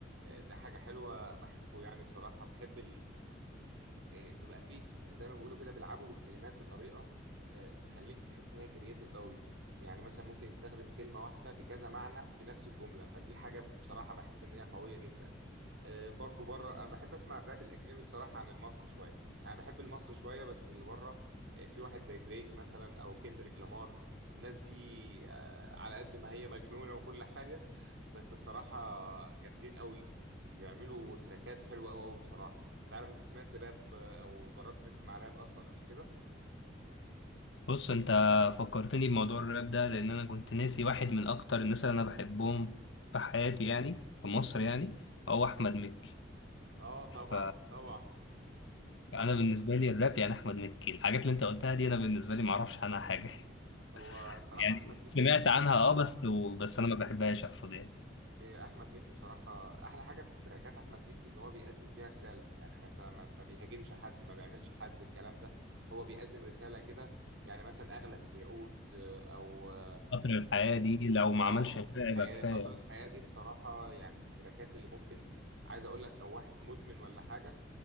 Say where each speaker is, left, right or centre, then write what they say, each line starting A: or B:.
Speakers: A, on the right; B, on the left.
A: آه، ده حاجة حلوة بحبه يعني بصراحة بحب آه، بيبقى فيه زي ما بيقولوا كده بيلعبوا بالكلمات بطريقه آه، تخليك تحس ان هي كرييتيف قوي يعني مثلا ممكن يستخدم كلمه واحده بكذا معنى في نفس الجمله فدي حاجه بصراحه بحس ان هي قويه جدا آه، برضو بره انا بحب اسمع الراب الاجنبي بصراحه عن المصري شويه انا بحب المصري شويه بس اللي بره آه، في واحد زي دريك مثلا او كيندريك لامار الناس دي آه، على قد ما هي مجنونه وكل <laughs> حاجه بس بصراحه جامدين قوي بيعملوا تراكات حلوه قوي قوي بصراحه مش عارف انت سمعت راب آه، او جربت تسمع راب اصلا قبل كده
B: بص انت فكرتني بموضوع الراب ده لان انا كنت ناسي واحد من اكتر الناس اللي انا بحبهم في حياتي يعني في مصر يعني هو احمد مكي
A: اه طبعا
B: فانا
A: طبعا
B: بالنسبه لي الراب يعني احمد مكي الحاجات اللي انت قلتها دي انا بالنسبه لي ما اعرفش عنها حاجه <laughs>
A: هو الصراحه
B: يعني
A: احمد مكي
B: سمعت عنها اه بس و... بس انا ما بحبهاش اقصد يعني
A: آه، احمد مكي بصراحه احلى حاجه في تراكات احمد مكي ان هو بيقدم فيها رساله يعني مثلا ما ما بيهاجمش حد ما بيعملش حد الكلام ده هو بيقدم رساله كده يعني مثلا اغلى من الياقوت آه، او اه
B: قطر الحياه دي لو ما
A: أو
B: عملش
A: قطر
B: الراب
A: الحياه
B: يبقى كفايه
A: قطر الحياه دي بصراحه يعني من التراكات اللي ممكن عايز اقول لك لو واحد مدمن ولا حاجه